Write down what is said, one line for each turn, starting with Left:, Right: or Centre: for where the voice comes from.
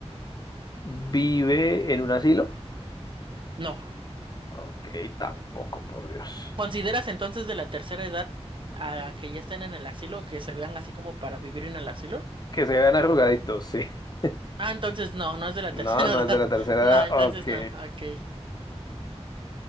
Left: vive en un asilo.
Right: no.
Left: Ok, tampoco, por Dios.
Right: ¿Consideras entonces de la tercera edad a que ya estén en el asilo o que se vean así como para vivir en el asilo?
Left: Que se vean arrugaditos, sí. <laughs>
Right: Ah, entonces no, no es de la
Left: No,
Right: tercera
Left: no
Right: <laughs> edad.
Left: es de la tercera
Right: No,
Left: edad.
Right: entonces
Left: Ok,
Right: no, ok.